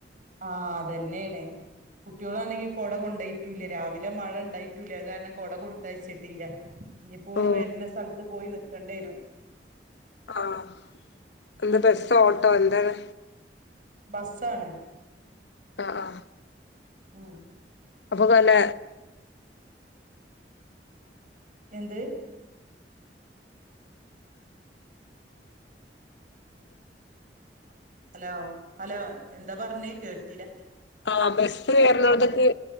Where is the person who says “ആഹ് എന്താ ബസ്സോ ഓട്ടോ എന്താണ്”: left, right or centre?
Left